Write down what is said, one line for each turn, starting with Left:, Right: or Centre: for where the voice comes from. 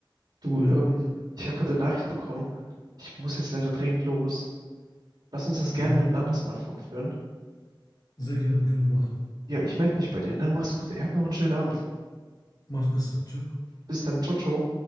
Right: Du,
Left: Ja,
Right: ähm, ich habe gerade eine Nachricht bekommen. Ich muss jetzt leider dringend los. Lass uns das gerne
Left: ja,
Right: ein anderes Mal fortführen.
Left: sehr gerne, können wir machen.
Right: Ja, ich melde mich bei dir, ne? Mach's gut, ey. Habt noch einen schönen Abend.
Left: Mach's besser. Ciao.
Right: Bis dann. Ciao, ciao.